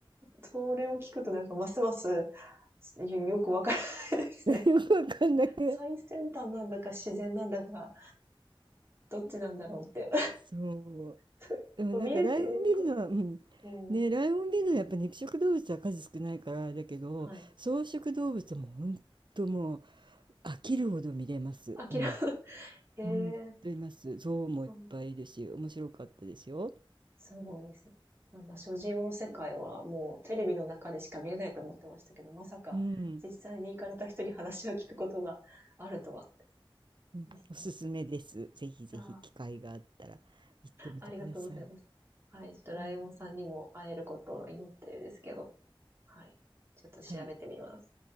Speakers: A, on the right; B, on the right.
A: それを聞くとなんかますますよくわからないですね。
B: <laughs> よくわかんなくない。
A: <laughs> 最先端なんだか自然なんだか、どっちなんだろうって。
B: そう。
A: <laughs>
B: うんなんかライオンビルのは、
A: 見れてよかった。
B: うん。
A: うん。
B: ね、ライオンビルのはやっぱ肉食動物は数少ないからあれだけど、
A: はい。
B: 草食動物はもうほんともう飽きるほど見れます。
A: あき諦
B: うん。
A: め、へえ、
B: ほんといます。象もいっぱいいるし、
A: そう。
B: 面白かったですよ。
A: すごいですね。なんだ、所持用の世界はもうテレビの中でしか見れないと思ってましたけど、まさか実際に行かれた人に話を聞くことがあるとは。
B: うん。うん。
A: ですね。
B: おすすめです。ぜひぜひ機会があったら行ってみてください。
A: いやーありがとうございます。はい、ちょっとライオンさんにも会えることを祈ってるんですけど、
B: はーい。
A: はい、ちょっと調べてみます。
B: はい。